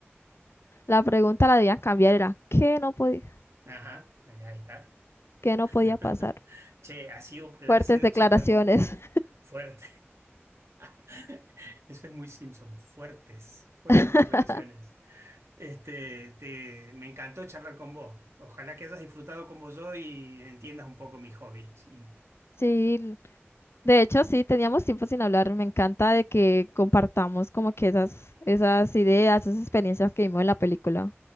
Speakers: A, on the left; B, on the right.
A: La pregunta la debían cambiar, era ¿qué no podía,
B: Ajá, ya está.
A: qué no
B: <laughs>
A: podía pasar?
B: Che, ha sido un placer
A: Fuertes declaraciones.
B: charlar con vos. Fuerte. <laughs> Eso es muy Simpson. Fuertes, fuertes
A: <laughs>
B: declaraciones. Este, te- me encantó charlar con vos. Ojalá que hayas disfrutado como yo y entiendas un poco mis hobbies y
A: Sí, de hecho sí, teníamos tiempo sin hablar. Me encanta de que compartamos como que esas, esas ideas, esas experiencias que vimos en la película.